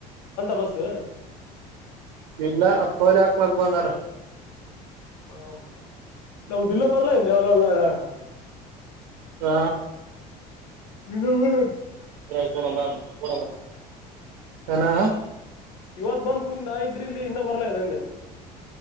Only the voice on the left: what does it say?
ಬಸ್ಸು
<unintelligible>
<unintelligible>
ಇವತ್ ಬಂದ್ ಕುಂದ ನಾ ಇದ್ರಿ ಇಲ್ಲಿ ಇನ್ನ ಬರ್ಲಾ ಅಂದೇ